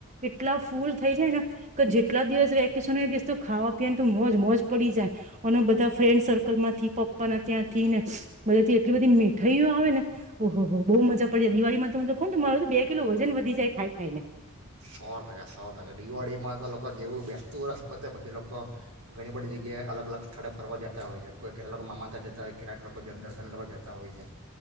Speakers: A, on the right (about 30°); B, on the right (about 85°).
A: એટલા ફૂલ થઈ જાયને કે જેટલા દિવસ વેકેશન દિવસ તો ખાવા પીવાની તો મોજ મોજ પડી જાય અને બધા ફ્રેન્ડસ અકલ માંથી પપ્પાના ત્યાં થી ને બધાથી એટલી બધી મીઠાઈઓ આવે ને ઓહો હો બહુ મજા પડી જાય દિવાળીમાં તો હું તો કહ મારું બે કિલો વજન વધી જાય ખાય ખાય ને
B: સો ટકા સો ટકા દિવાળીમાં તો લોકો જેવું બેસતું વર્ષ પતે પછી લોકો ઘણી બધી જગ્યાએ અલગ અલગ સ્થળે ફરવા જાય હોય છે કોઈ કેટલા લોકો મામાને તયા જતા હોય કેટલા લોકો દર્શન કરવા જતા હોય છે